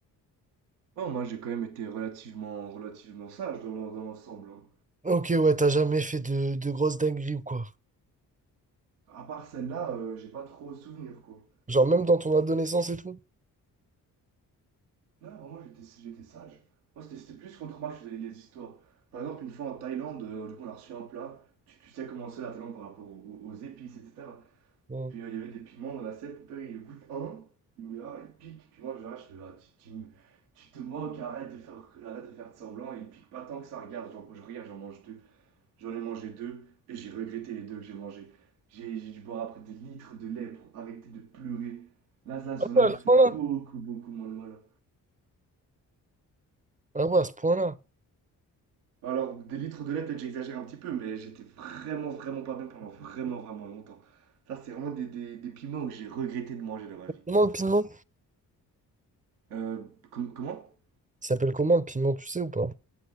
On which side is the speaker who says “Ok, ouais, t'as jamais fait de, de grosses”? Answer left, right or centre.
Right